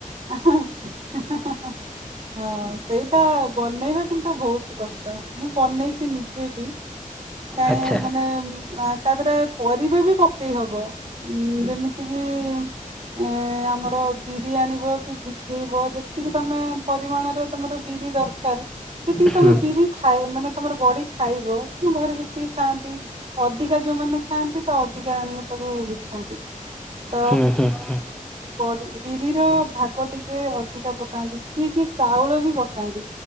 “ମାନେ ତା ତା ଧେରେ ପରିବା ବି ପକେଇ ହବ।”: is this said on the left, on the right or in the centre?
Right